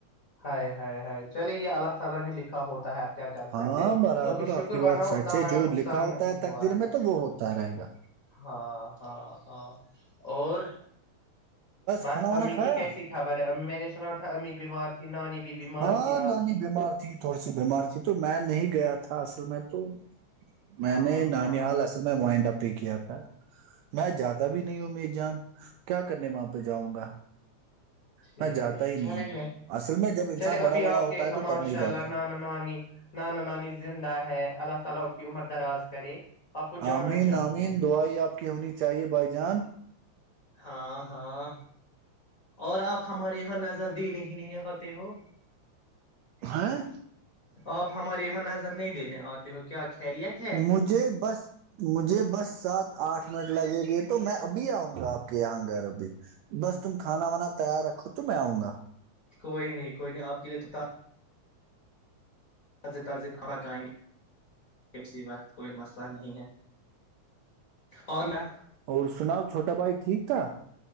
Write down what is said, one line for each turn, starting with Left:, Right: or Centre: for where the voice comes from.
Left: ائے ہائے ہائے چلیں یہ اللہ تعالی نے لکھا ہوتا کیا کر
Right: ہاں
Left: سکتے
Right: برابر
Left: تو بھی شکر
Right: آپ کی
Left: بناؤ
Right: بات سچ
Left: اتنا
Right: ہے
Left: بڑا
Right: جو
Left: نقصان
Right: لکھا ہوتا
Left: نہیں
Right: ہے
Left: ہوا
Right: تقدیر
Left: ہے
Right: میں تو وہ ہوتا رہے گا
Left: ہاں ہاں ہاں اور بس
Right: کھانا وانا
Left: امی
Right: کھایا
Left: کی کیسی کابر ہے امی میں نے سنا تھا امی بھی بیمات نانی بھی بیمار
Right: ہاں
Left: تھی آپ
Right: نانی
Left: کی
Right: بیمار تھی تھوڑی سی بیمار تھی تو میں نہیں گیا تھا اصل میں تو میں
Left: ہاں
Right: نے نحال
Left: ہاں
Right: اصل میں مڈا <unintelligible> کیا تھا میں جاتا بھی نہیں ہوںمی جان کیا کرنے وہاں پہ جاؤں گا
Left: ٹھیک
Right: میں جاتا ہی
Left: چلے
Right: نہیں اصل میں انسان
Left: چلے
Right: بڑا
Left: ابھی آپ
Right: بڑا ہوتا
Left: کے
Right: ہے تو
Left: ماشاء
Right: تب نہیں
Left: اللہ
Right: جاتا
Left: نانا نانی نانا نانی زندہ ہے اللہ تعالی اس کی عمر دراز کرے آپ کو جانا
Right: آمین
Left: چاہیے
Right: آمین دعائی آپ کی ہونی چاہیے بھائی جان
Left: ہاں ہاں اور آپ ہمارے یہاں نظر دینے ہی نہیں قتے ہو
Right: ہیں
Left: آپ ہمارے یہاں نظر نہیں دیک آتے ہو کیا خیریت ہے
Right: مجھے بس مجھے بس سات آٹھ منٹ لگے گی تو تو میں ابھی آؤں گا آپ کے یہاں گھر بس تم کھانا وانا تیار رکھو تو میں آؤں گا
Left: کوئی نہیں کوئی نہیں آپ کے لیے تو تاز تازڑئیں گے کسی وقت کوئی مسئلہ نہیں ہے اور نہ <unintelligible> <inaudible>
Right: اور سناؤ چھوٹا بھائی ٹھیک تھا